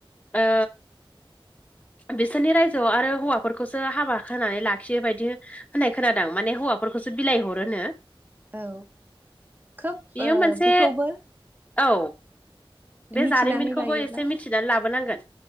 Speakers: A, on the left (about 15°); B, on the right (about 20°).
A: ओ बिसोरनि रायजोआव आरो हौवाफोरखौसो हाबा होनानै लाखियो बायदि होननाय खोनादों आं माने हौवाफोरखौसो बिलाइ हरोनो।
B: औ खोब
A: बेयो
B: ओ
A: मोनसे
B: बेखौबो
A: औ बे
B: मिथिनानै
A: जारिमिनखौबो
B: लायोब्ला
A: एसे मि थिनानै लाबोनांगोन